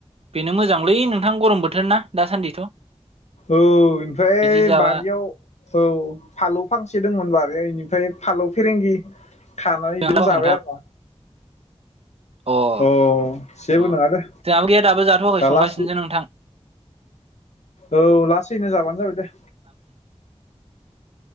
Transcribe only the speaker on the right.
बेनो मोजांलै नोंथां गरम बोथोर ना दासान्दिथ'।
बिदि जाबा
जाथ'वाखै
अ-अ
जोंहाबो गैया दाबो जाथ'वाखै
संगासिनोसो
नोंथां।